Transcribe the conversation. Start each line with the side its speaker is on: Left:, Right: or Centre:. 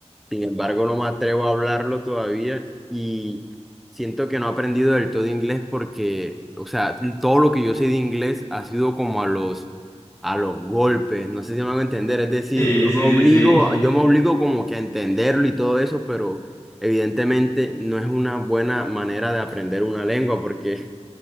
Centre: Sin embargo, no me atrevo a hablarlo todavía y siento que no he aprendido del todo inglés porque, o sea, todo lo que yo sé de inglés ha sido como a los a los golpes, no sé si me van a entender, es decir,
Left: Sí,
Centre: yo me
Left: sí,
Centre: obligo,
Left: sí, sí. <laughs>
Centre: yo me obligo como que a entenderlo y todo eso, pero evidentemente no es una buena manera de aprender una lengua porque